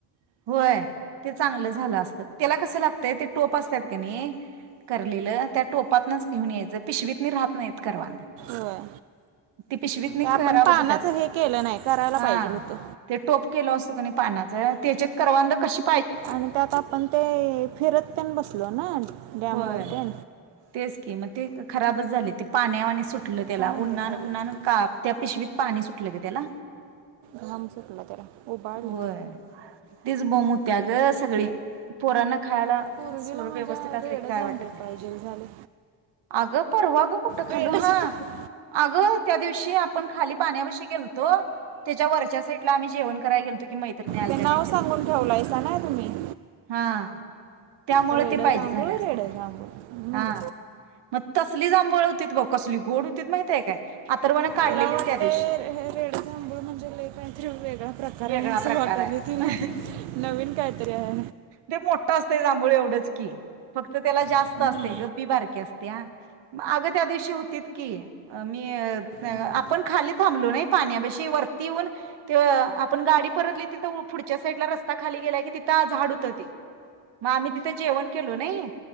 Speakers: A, on the right; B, on the right.
A: होय ते चांगलं झालं असत त्याला कस लागतय ते टोप असतात का नाही करलेलं त्या टोपातच घेऊन यायचं पिशवीत राहत नाहीत करवंद.
B: होय
A: पिशवीत न
B: ते आपण
A: खराबच
B: पानाचं
A: होतयात,
B: हे केलं नाही करायला
A: हां
B: पाहिजे होतं
A: ते टोप केलं असता पानाचं चे त्याच्यात करवंद कच्ची
B: आणि त्यात आपण ते फिरततेन बसलो ना डॅम
A: होय.
B: वर ते
A: तेच की मग ते खराबच झाले ते पाण्यावाणि चु
B: त्याच्यानं
A: म्ह त्याला उन्हाळन
B: हे झालेत
A: उनहान काप त्या पिशवीत पाणी सुटलं ग त्याला
B: घाम सुटला त्यारा उ बाळले
A: होय तीच बोम होत्या ग सग ळी पोरांना खायला
B: पोरगीला
A: स व्यवस्थित
B: माझ्या
A: असले
B: रेड
A: क काय
B: जांभूळ
A: वाटत नाही
B: पाहिजे झाले
A: अग परवा ग कुठ खालो
B: रेड जांभूळ.
A: हा अग त्या दिवशी आपण खाली पाण्यापाशी गेलतो त्याच्या वरच्या सा आम्ही जेवण करायला गेलतो की मैत्रिणी
B: ते नाव सांगून ठेवलायसा ना तुम्ही
A: हा त्यामुळे
B: रेड
A: ते पाहिजे
B: जांभूळ
A: झाले असतील
B: रेड जांभूळ हम्म.
A: हा मग तसली जांभूळ होती कसली गोड होतीत माहितय का आर्थवन काढलेली
B: तिला वाटतंय
A: त्या दिवशी
B: हे रेड जांभूळ म्हणजे लय काहीतरी वेगळा प्रकार
A: वेगळा
B: आहे असं
A: प्रकार
B: वाटायला
A: आहे
B: तिला
A: अ
B: नवीन काहीतरी आहे
A: ते मोठा असतय जांभोळे एवढेच की तर त्याला जास्त
B: हम्म.
A: असते गब्बी बारकीे असते ह अग त्या दिवशी होतीत की मी
B: हां,
A: आपण खाली थांबलो नाही पाण्यापाशी वरती येऊन ते आपण गाडी परतली तिथड आच्या साईडला रस्ता खाली गेला की तिथं झाड होतं ते मग आम्ही तिथं जेवण केलो नाही